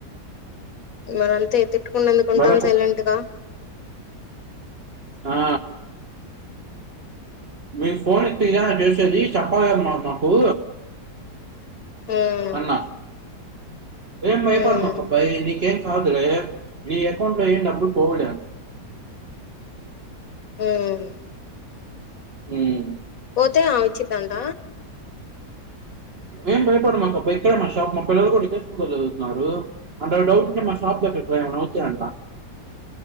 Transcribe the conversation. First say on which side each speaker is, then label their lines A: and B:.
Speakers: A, on the left; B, on the right.
A: లేదంటే తిట్టుకుండా ఎందుకుంటాం
B: వాళ్ళకు
A: సైలెంట్ గా
B: ఆ మీకు ఫోన్ ఎత్తితే గా తెలిసేది, చెప్పాలిగా మా మాకు
A: ఉమ్
B: అన్నా. ఏం భయపడమాకు
A: ఉమ్
B: అబ్బాయ్ నీకేం కాదు లే నీ అకౌంట్ లో ఏం డబ్బులు పోవులే.
A: హ్మ్!
B: మ్ ఉ
A: పోతే ఆమచ్చిద్దంట
B: ఏం భయపడు మాకు అబ్బాయ్ ఇక్కడే మా షాప్ మా పిల్లలు కూడా ఇదే స్కూల్లో చదువుతున్నారు. అంతగా డౌట్ ఉంట ఆ షాప్ దగ్గర ఏమన్నా అవుతాయంట.